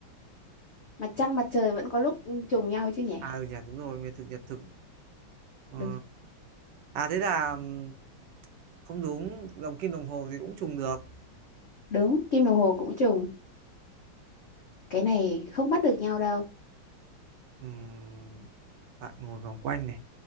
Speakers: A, on the left; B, on the right.
A: Mặt trăng mặt trời vẫn có lúc trùng nhau chứ nhỉ?
B: à ừ nhỉ đúng rồi nguyệt thực nhật thực Ờ,
A: Đúng,
B: à thế là ừm, không đúng đồng kim đồng hồ thì cũng trùng được
A: đúng, kim đồng hồ cũng trùng. Cái này không bắt được nhau đâu.
B: Ừm, bạn ngồi vòng quanh này